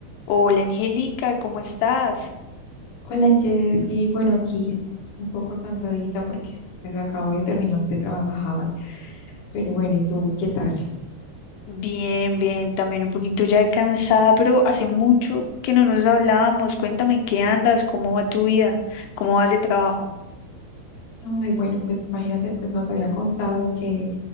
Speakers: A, on the left (about 85°); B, on the left (about 65°).
A: Hola Angélica, ¿cómo estás?
B: Hola Jessy, bueno aquí un poco cansadita porque pues acabo de terminar de trabajar, pero bueno, ¿y tú qué tal?
A: Bien, bien, también un poquito ya cansada, pero hace mucho que no nos hablábamos. Cuéntame en qué andas, cómo va tu vida, cómo vas de trabajo.
B: Ay, bueno, pues imagínate, pues no te había contado que